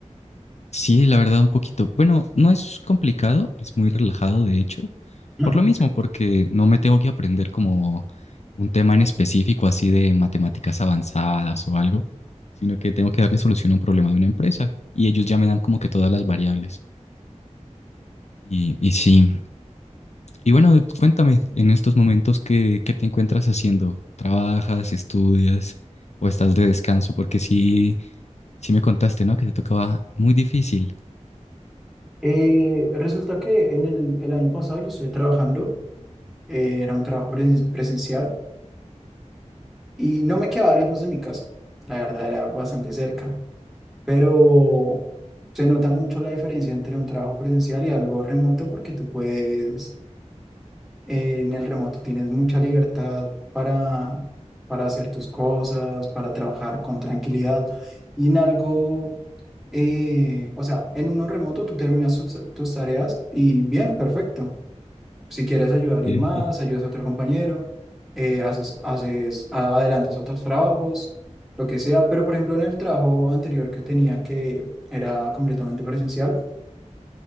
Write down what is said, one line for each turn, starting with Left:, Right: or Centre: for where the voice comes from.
Left: Sí, la verdad, un poquito. Bueno, no es complicado, es muy relajado, de hecho.
Centre: Ujú.
Left: Por lo mismo, porque no me tengo que aprender como un tema en específico, así de matemáticas avanzadas o algo, sino que tengo que darle solución a un problema de una empresa y ellos ya me dan como que todas las variables. Y, y sí. Y bueno, cuéntame, en estos momentos, ¿qué, qué te encuentras haciendo? ¿Trabajas, estudias o estás de descanso? Porque sí, sí me contaste, ¿no? Que te tocaba muy difícil.
Centre: Eh, resulta que en el, el año pasado yo estuve trabajando, eh, era un trabajo presen- presencial y no me quedaba lejos de mi casa, la verdad era bastante cerca, pero se nota mucho la diferencia entre un trabajo presencial y algo remoto porque tú puedes, eh, en el remoto tienes mucha libertad para, para hacer tus cosas, para trabajar con tranquilidad y en algo Eh, o sea, en uno remoto tú terminas tus, tus tareas y bien, perfecto. Si quieres ayudar a alguien
Left: Sí.
Centre: más, ayudas a otro compañero, eh, haces, haces, adelantas otros trabajos, lo que sea. Pero, por ejemplo, en el trabajo anterior que tenía, que era completamente presencial,